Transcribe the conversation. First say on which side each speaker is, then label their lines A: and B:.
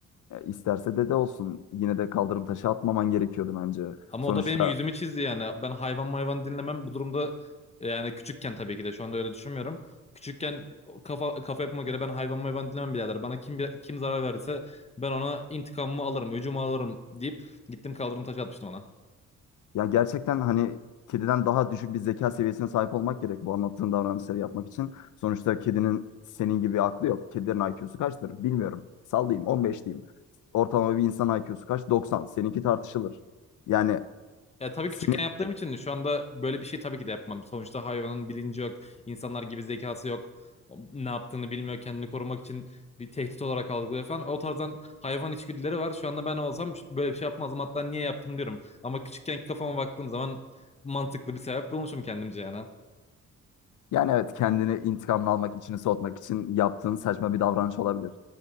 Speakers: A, on the left; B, on the left.
A: E, isterse dede olsun yine de kaldırım taşı atmaman gerekiyordu bence.
B: Ama
A: Sonuçta
B: o da benim yüzümü çizdi yani. Ben hayvan mayvan dinlemem. Bu durumda yani küçükken tabii ki de şu anda öyle düşünmüyorum. Küçükken o kafa kafa yapıma göre ben hayvan mayvan dinlemem birader. Bana kim kim zarar verirse ben ona intikamımı alırım, öcümü alırım deyip gittim kaldırım taşı atmıştım ona.
A: Ya gerçekten hani kediden daha düşük bir zeka seviyesine sahip olmak gerek bu anlattığın davranışları yapmak için. Sonuçta kedinin senin gibi aklı yok. Kedilerin IQ'su kaçtır? Bilmiyorum. Sallayayım 15 diyeyim. Ortalama bir insan IQ'su kaç? 90. Seninki tartışılır. Yani
B: Ya tabii
A: seni
B: küçükken yaptığım için şu anda böyle bir şey tabii ki de yapmam. Sonuçta hayvanın bilinci yok. insanlar gibi zekası yok. O Ne yaptığını bilmiyor. Kendini korumak için bir tehdit olarak algılıyor falan. O tarzdan hayvan içgüdüleri var. Şu anda ben olsam ş- böyle bir şey yapmazdım. Hatta niye yaptım diyorum. Ama küçükkenki kafama baktığım zaman mantıklı bir sebep bulmuşum kendimce yani.
A: yani evet kendini intikamını almak, içini soğutmak için yaptığın saçma bir davranış olabilir.